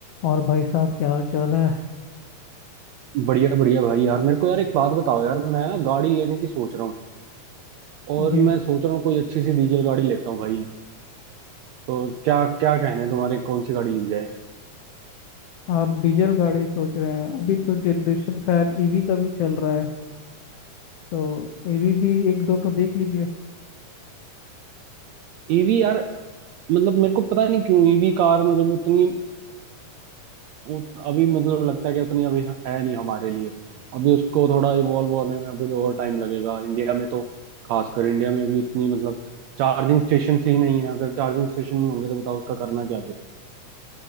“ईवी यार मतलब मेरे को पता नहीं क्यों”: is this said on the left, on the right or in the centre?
Right